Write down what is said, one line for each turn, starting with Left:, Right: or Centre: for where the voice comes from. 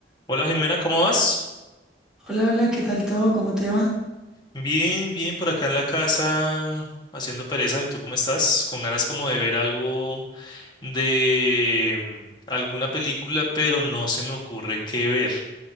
Left: Hola Jimena, ¿cómo vas?
Centre: Hola, hola, ¿qué tal todo? ¿Cómo te va?
Left: Bien, bien, por acá en la casa haciendo pereza. ¿Y tú cómo estás? Con ganas como de ver algo de mm, alguna película, pero no se me ocurre qué ver.